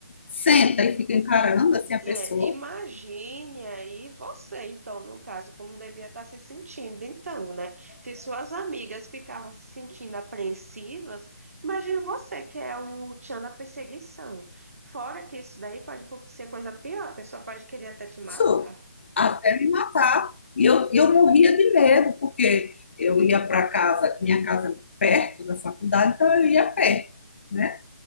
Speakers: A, on the left; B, on the right.
A: senta e fica encarando assim a
B: É,
A: pessoa.
B: imagine aí você, então, no caso, como devia estar se sentindo, então, né? Se suas amigas ficavam se sentindo apreensivas, imagine você, que é o tchan da perseguição. Fora que isso daí pode acontecer coisa pior, a pessoa pode querer até te matar.
A: isso, até me matar. E eu, eu morria de medo, porque eu ia para casa, minha casa é perto da faculdade, então eu ia a pé, né?